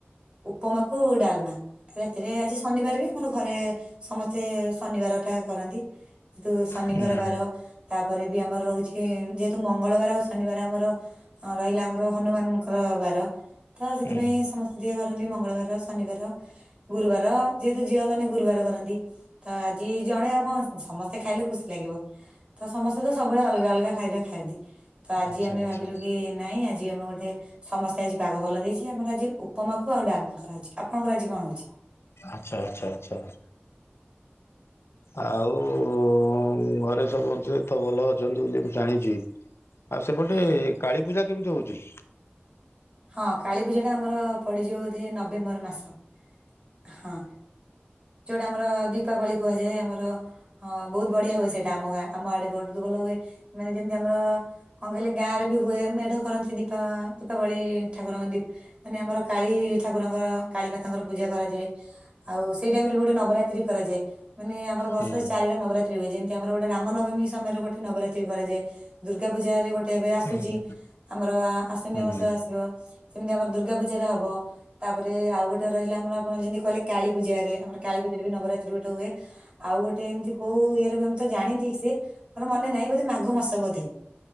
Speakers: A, on the right (about 25°); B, on the left (about 80°).
A: ଉପମାକୁ ଡାଲମା ରାତିରେ ଆଜି ଶନିବାର ବି ଆମର। ଘରେ ସମସ୍ତେ ଶନିବାର ଟା କରନ୍ତି କିନ୍ତୁ ଶନିଙ୍କରବାର।
B: ହୁଁ
A: ତାପରେ ବି ଆମର ରହୁଛି ଯେହେତୁ ମଙ୍ଗଳବାର ଆଉ ଶନିବାର ଆମର ହଁ ରହିଲା ଆମର ହନୁମାନଙ୍କର ବାର। ତ ସେଥିପାଇଁ
B: ହୁଁ
A: ସମସ୍ତେ ଟିକେ କରନ୍ତି ମଙ୍ଗଳବାର ଶନିବାର ଗୁରୁବାର ଯେହେତୁ ଝିଅ ମାନେ ଗୁରୁବାର କରନ୍ତି ତ ଆଜି ଜଣେ ଆଉ କଣ ସମସ୍ତେ ଖାଇଲେ ଖୁସି ଲାଗିବ। ତ ସମସ୍ତେ ତ ସବୁବେଳେ ଅଲଗା ଅଲଗା ଖାଇବା ଖାଆନ୍ତି ତ ଆଜି
B: ଆଚ୍ଛା
A: ଆମେ
B: ଆଚ୍ଛା।
A: ଭାବିଲୁ କି ନାଇଁ ଆଜି ଆମ ଗୋଟେ ସମସ୍ତେ ଆଜି ପାଗ ଭଲ ଦେଇଛି ଆମର ଆଜି ଉପମାକୁ ଆଉ ଡାଲମା କରାହଉଛି ଆପଣଙ୍କର ଆଜି କଣ ହଉଛି?
B: ଆଛା ଆଛା ଆଚ୍ଛା ଆଉ କୁ ଘରେ ସମସ୍ତେ ତ ଭଲ ଅଛନ୍ତି ବୋଲି ମୁଁ ଜାଣିଛି ଆଉ ସେପଟେ
A: ହଁ
B: କାଳୀପୂଜା କେମିତି ହଉଛି?
A: ହଁ କାଳୀ ପୂଜା ଟା ଆମର ପଡିଯିବ ବୋଧେ ନଭେମ୍ବର ମାସ ହଁ। ଯୋଉଟା ଆମର ଦୀପାବଳି କୁହାଯାଏ ଆମର ହଁ ବହୁତ ବଢିଆ ହୁଏ ସେଇଟା ଆମ ଗାଁ ଆମ ଆଡେ ବହୁତ ଭଲ ହୁଏ ମାନେ ଯେମିତି ଆମର କଣ କହିଲେ ଗାଁରେ ବି ହୁଏ ମେଢ କରନ୍ତି ଦୀପା ଦୀପାବଳି ଠାକୁରଙ୍କ ଦୀ ମାନେ ଆମର କାଳୀ ଠାକୁରଙ୍କର କାଳୀମାତାଙ୍କର ପୂଜା କରାଯାଏ। ଆଉ ସେଇ ଟାଇମ ରେ ଗୋଟେ ନବରାତ୍ରି କରାଯାଏ। ମାନେ ଆମର ବର୍ଷରେ
B: ହୁଁ
A: ଚାରିଟା ନବରାତ୍ରୀ ହୁଏ ଯେମିତି ଆମର ଗୋଟେ ରାମ ନବମୀ ସମୟରେ ଗୋଟେ ନବରାତ୍ରୀ କରାଯାଏ। ଦୁର୍ଗା ପୂଜା ରେ ଗୋଟେ ଏବେ ଆସୁଛି
B: ହୁଁ
A: ଆମର ଆଶ୍ଵିନ
B: ହଁ
A: ମାସ ଆସିବ। ସେମିତି ଆମର ଦୁର୍ଗା ପୂଜାରେ ହବ। ତାପରେ ଆଉ ଗୋଟେ ରହିଲା ଆମର ଆପଣ ଯେମିତି କହେ କାଳପୂଜାରେ ଆମର କାଳପୂଜାରେ ବି ନବରାତ୍ରି ଗୋଟେ ହୁଏ। ଆଉ ଗୋଟେ ଏମିତି କୋଉ ଇଏରେମ ତ ଜାଣିଛି ଠିକ୍ ସେ ମୋର ମନେ ନାହିଁ ବୋଧେ ମାଘ ମାସ ବୋଧେ।